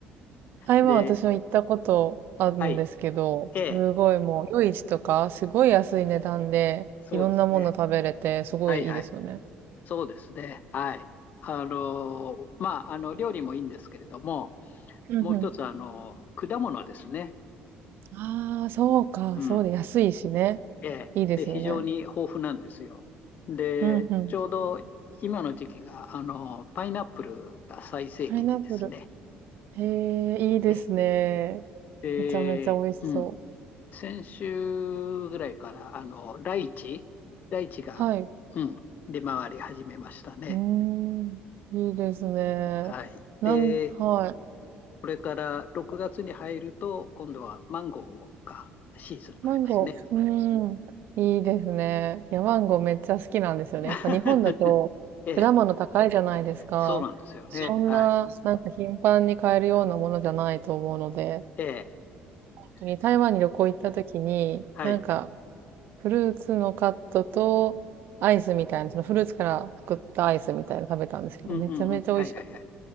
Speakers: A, on the right; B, on the left.
A: 台湾私も行ったことあるんですけど、
B: で、はい、ええ
A: すごいもう、夜市とか、すごい安い値段で、
B: そうですね。
A: いろんなもの食べれて、すごいいいですよね。
B: はいはい。そうですね。はい。あの、まあ、あの、料理もいいんですけれども、
A: うんうん。
B: もう一つ、あの、果物ですね。
A: ああ、そうか。
B: うん。
A: そうで、安いしね。
B: ええ。
A: いいですよね。
B: で、非常に豊富なんですよ。で、
A: うんうん。
B: ちょうど今の時期が、あの、パイナップルが最盛期でですね。
A: パイナップル。へえ、いいですね。
B: ええ。で、
A: めちゃめちゃ美味しそ
B: うん。先週ぐらいから、あの、ライチ、ライチが、
A: う。はい。う
B: うん、出回り始めましたね。
A: ーん。いいですね。
B: はい。
A: なん、
B: で、
A: はい。
B: これから6月に入ると、今度はマンゴーがシーズンになりますね。
A: マンゴー。うーん。いいですね。いや、マンゴーめっちゃ好きなんですよね。
B: <laughs>
A: やっぱ日本だと果物高いじゃないですか。
B: ええ、そうなんですよね。
A: そそんな、
B: はい。
A: なんか頻繁に買えるようなものじゃないと思うので、
B: ええ、
A: 本当に台湾に旅行行った時に、
B: そはい。
A: なんかフルーツのカットと、アイスみたいな、そのフルーツから作ったアイスみたいなの食べたんですけど、
B: うんうんうん。
A: めちゃめちゃ美味しかっ
B: はいはいはい。